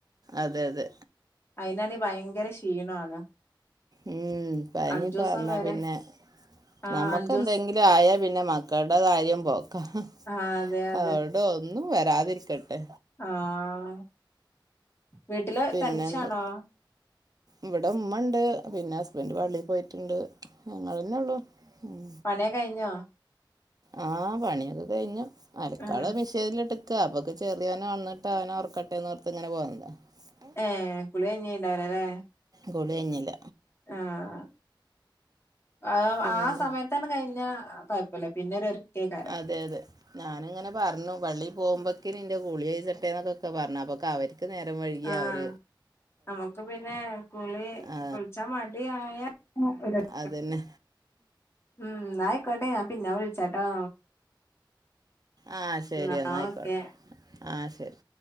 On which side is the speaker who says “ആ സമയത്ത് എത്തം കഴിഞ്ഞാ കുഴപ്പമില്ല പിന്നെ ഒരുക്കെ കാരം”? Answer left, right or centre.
Left